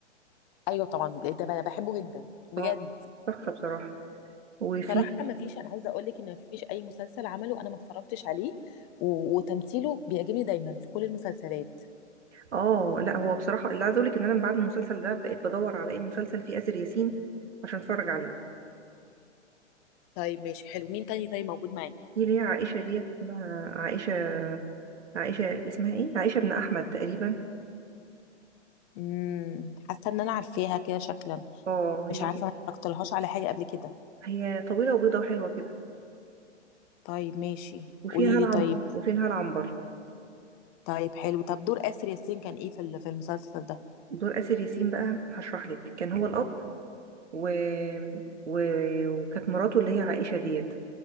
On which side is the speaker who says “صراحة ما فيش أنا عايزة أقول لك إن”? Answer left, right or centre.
Left